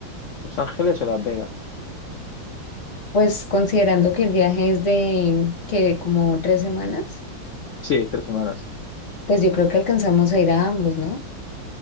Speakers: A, on the left; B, on the left.
A: ¿Los Ángeles o Las Vegas?
B: Pues considerando que el viaje es de que como tres semanas,
A: Sí, tres semanas.
B: pues yo creo que alcanzamos a ir a ambos, ¿no?